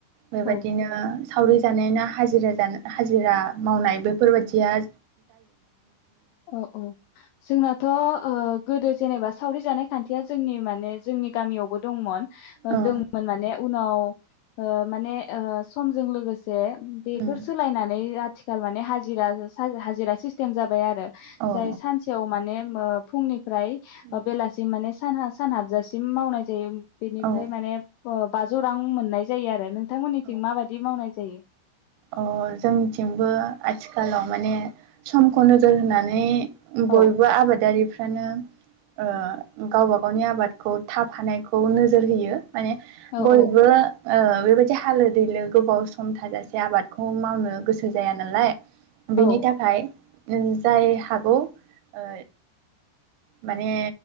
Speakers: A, on the right; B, on the left.
A: बे
B: औ
A: बायदिनो। सावरि जानाय ना हाजिरा हाजिरा मावनाय बेफोर बायदिया।
B: अ औ जोंनाथ' गोदो जेनेबा सावरि जानाय खान्थिया जोंनि माने जोंनि गामियावबो दंमोन। ओ
A: औ
B: दंमोन माने उनाव ओ माने ओ समजों लोगोसे जे
A: उम
B: बेफोर सोलायनानै आथि आथिखाल माने हाजिरा हाजिरा सिस्टेम जाबाय आरो।
A: औ
B: जाय
A: औ
B: सानसेयाव माने ओ फुंनि प्राय
A: उम
B: ओ बेलासि माने साना सान हाबजासिम मावनाय जायो। बेनिफ्राय
A: औ औ
B: माने ओ बाजौ रां मोननाय जायो आरो नों नोंथांमोननिथिं
A: औ
B: माबायदि मावनाय जायो
A: अ जोंथिंबो आथिखालाव माने समखौ नोजोर होनानै बयबो
B: औ
A: आबादारिफोर फ्रानो ओ गावबा गावनि आबादखौ थाब हानायखौ नोजोर होयो माने
B: औ
A: बयबो
B: औ
A: ओ बेबायदि हालो दैलो गोबाव सम थाजास से आबादखौ मावनो गोसो जाया नालाय बेनि
B: औ
A: थाखाय नों जाय हागौ ओ माने